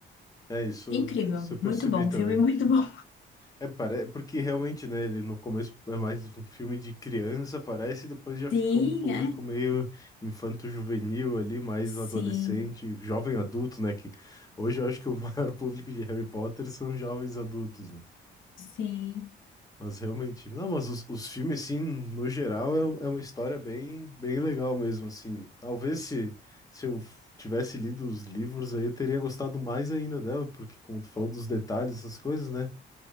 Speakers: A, on the left (about 15°); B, on the left (about 75°).
A: É isso,
B: incrível,
A: isso eu percebi
B: muito bom,
A: também.
B: um filme muito bom. <laughs>
A: É, pare... porque realmente, né, ele no começo é mais um filme de criança, parece, e depois já fica
B: Sim,
A: um público
B: é?
A: meio infanto-juvenil ali, mais
B: Sim,
A: adolescente, jovem adulto, né, que hoje eu acho que o <laughs> maior público de Harry Potter são jovens adultos, né?
B: sim,
A: Mas realmente, não, mas os, os filmes, assim, no geral, é, é uma história bem, bem legal mesmo, assim. Talvez se, se eu tivesse lido os livros aí, eu teria gostado mais ainda dela, porque como tu falou dos detalhes, essas coisas, né?